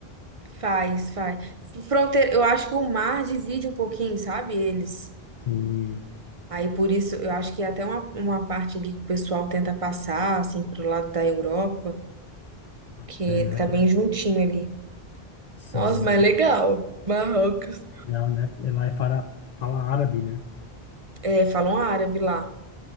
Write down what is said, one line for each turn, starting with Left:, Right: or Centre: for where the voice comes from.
Right: Faz, faz. Fronteira, eu acho que o mar divide um pouquinho, sabe? Eles.
Left: Sim,
Right: Aí por isso, eu acho que é até uma, uma parte ali que o pessoal tenta passar, assim, pro lado da Europa,
Left: Ah,
Right: que
Left: é, né?
Right: tá bem juntinho ali.
Left: Sim,
Right: Nossa, mas legal. Marrocos.
Left: Portugal, né? Lá é fala, fala árabe, né?
Right: É, falam árabe lá,